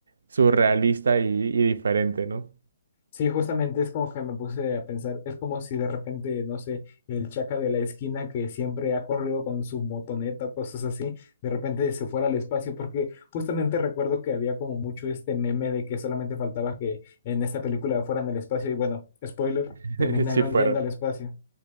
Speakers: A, on the right; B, on the left.
A: surrealista y, y diferente, ¿no?
B: Sí, justamente es como que me puse a pensar, es como si de repente, no sé, el chaca de la esquina que siempre ha corrido con su motoneta o cosas así, de repente se fuera al espacio, porque justamente recuerdo que había como mucho este meme de que solamente faltaba que en esta película fueran al espacio y bueno, spoiler,
A: <laughs>
B: terminaron
A: Sí fueron.
B: yendo al espacio.